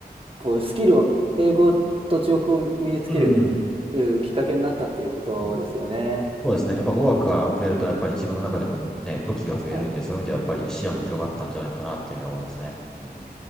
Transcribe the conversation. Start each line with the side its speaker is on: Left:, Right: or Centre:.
Right: こう、スキルを、英語と中国語を身につける、
Centre: うん。
Right: うきっかけになったっていうことですよね。
Centre: うんそうですね。やっぱ語学が増えると、やっぱり自分の中でもね、武器が増えるんで、
Right: はい。
Centre: そういう意味ではやっぱり視野も広がったんじゃないかなっていうのは思いますね。うん。